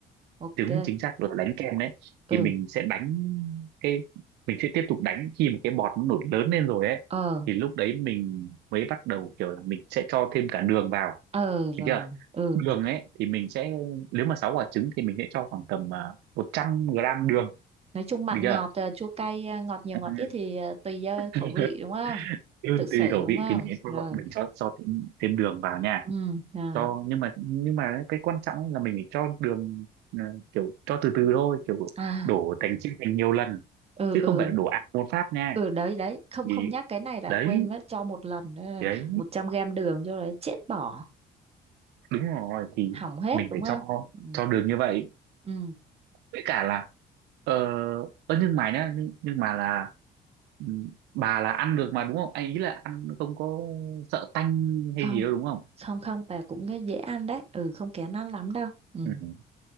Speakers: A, on the right (about 35°); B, on the right (about 80°).
A: Ok.
B: đúng chính xác là đánh kem đấy
A: Ừ.
B: thì mình sẽ đánh cái mình sẽ tiếp tục đánh khi mà cái bọt nó nổi lớn lên rồi ấy
A: Ờ.
B: thì lúc đấy mình mới bắt đầu kiểu là mình sẽ cho thêm cả đường vào
A: Ờ rồi.
B: được chưa
A: Ừ.
B: đường ấy thì mình sẽ nếu mà 6 quả trứng thì mình sẽ cho khoảng tầm uh, 100 gram đường
A: Nói chung mặn
B: được chưa
A: ngọt ờ, chua cay ờ, ngọt nhiều
B: ừ,
A: ngọt ít thì ờ, tùy do
B: <laughs>
A: khẩu vị đúng không?
B: Ừ,
A: Tự xử
B: tùy khẩu
A: đúng
B: vị
A: không?
B: thì mình sẽ cho,
A: Rồi.
B: mình cho, cho thêm, thêm đường vào nha
A: Ừ, rồi.
B: cho nhưng mà nhưng mà cái quan trọng ấy là mình phải cho đường ờ, kiểu cho từ từ thôi kiểu
A: À,
B: đổ thành chia thành nhiều lần
A: ừ
B: chứ
A: ừ.
B: không phải là đổ ạt một phát nha
A: Ừ đấy đấy, không
B: thì
A: không nhắc cái này là
B: đấy
A: quên mất cho một lần ờ,
B: thì đấy
A: 100 gram đường cho đấy chết bỏ,
B: đúng rồi thì
A: hỏng hết
B: mình
A: đúng
B: phải
A: không?
B: cho
A: Ừ.
B: cho đường như vậy
A: Ừ.
B: với cả là ờ ơ nhưng mà nhá nhưng, nhưng mà là ừ, bà là ăn được mà đúng không anh ý là ăn không có sợ tanh hay
A: không
B: gì đâu đúng không
A: không không bà cũng nghe dễ ăn đấy ừ không kén ăn lắm đâu ừ
B: ừ,